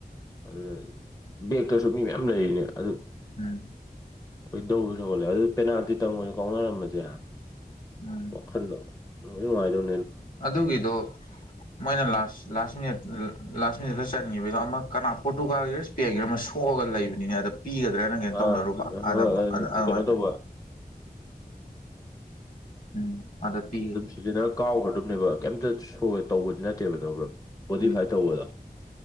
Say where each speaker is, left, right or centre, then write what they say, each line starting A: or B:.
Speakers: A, on the left; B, on the left.
A: ꯑꯗꯨꯅ ꯕꯦꯛꯇꯁꯨ ꯃꯤ ꯃꯌꯥꯝ ꯂꯩꯔꯤꯅꯦ ꯑꯗꯨ
B: ꯎꯝ
A: ꯑꯩꯈꯣꯏꯗꯧ ꯁꯧꯍꯜꯂꯦ ꯑꯗꯨ ꯄꯦꯅꯥꯜꯇꯤ ꯇꯪꯉꯁꯨ ꯀꯥꯎꯅꯔꯝꯃꯁꯦ
B: ꯎꯝ
A: ꯄꯈꯟꯗꯣꯥꯏ
B: ꯑꯗꯨꯒꯤꯗꯣ ꯃꯣꯏꯅ ꯂꯥꯁ ꯂꯥꯁ ꯃꯤꯅꯤꯠ ꯂꯥꯁ ꯁꯤꯗ ꯆꯟꯈꯤꯕꯒꯤꯗꯣ ꯑꯃ ꯀꯅꯥ ꯄꯣꯔꯇꯨꯒꯥꯜꯒꯤꯔ ꯏꯁꯄꯦꯟꯒꯤꯔꯥ ꯑꯃ ꯁꯣꯛꯑꯒ ꯂꯩꯕꯅꯤꯅ ꯑꯗ ꯄꯤꯒꯗ꯭ꯔꯅ ꯀꯩꯅꯣ ꯇꯧꯅꯔꯨꯕ
A: ꯑ ꯍ ꯀꯩꯅꯣ
B: ꯑꯗ ꯑꯗ ꯑꯗꯨꯃꯥꯏꯅ
A: ꯇꯧꯕ
B: ꯎꯝ ꯑꯗ ꯄꯤ
A: ꯕ ꯀ ꯅꯦꯕ ꯀꯩꯝꯇ ꯇꯧꯕꯗꯤ ꯅꯠꯇꯦꯕ꯭ꯔ ꯕꯣꯗꯤꯐꯥꯏꯠ
B: ꯎꯝ
A: ꯇꯧꯕꯗ